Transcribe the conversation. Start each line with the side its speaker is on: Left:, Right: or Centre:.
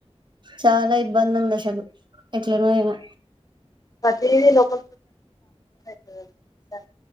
Right: చాలా ఇబ్బంది ఉంది అసలు ఎట్లానో ఏమో
Left: ప్రతిది లోకల్ <unintelligible>